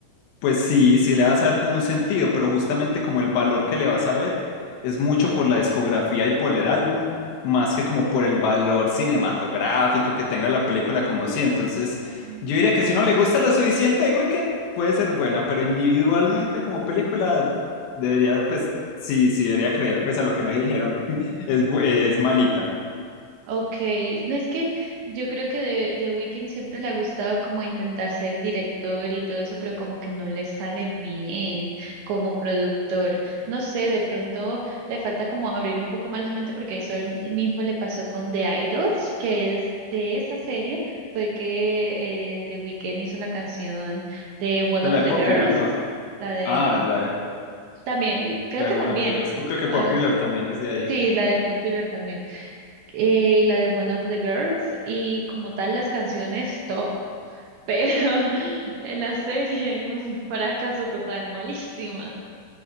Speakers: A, on the left; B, on the right.
A: pues sí, sí le vas a dar como un sentido, pero justamente como el valor que le vas a ver es mucho por la discografía y por el álbum, más que como por el valor cinematográfico que tenga la película como sí. Entonces,
B: Mm.
A: yo diría que si no le gusta lo suficiente de Weekend, puede ser buena, pero individualmente como película debería, pues sí, sí debería creer, pues a lo que me dijeron, <laughs> es, bu- es malita.
B: Okay, no es que yo creo que de, de Weeknd siempre le ha gustado como intentar ser director y todo eso, pero como que no le sale bien como productor. No sé, de pronto le falta como abrir un poco más la mente porque eso em- mismo le pasó con The Idols, que es de esa serie, fue que eh, The Weeknd hizo la canción de One
A: Es
B: of
A: la de
B: the
A: Popular,
B: Girls,
A: ¿no?
B: la de
A: Ah, la de,
B: también, creo
A: la
B: que
A: de Warner
B: también,
A: Brothers. Creo que
B: ah,
A: Popular también es de ahí.
B: sí, la de Popular también eh, y la de One of the Girls y como tal las canciones top, pero <laughs> en la serie un fracaso total, malísima.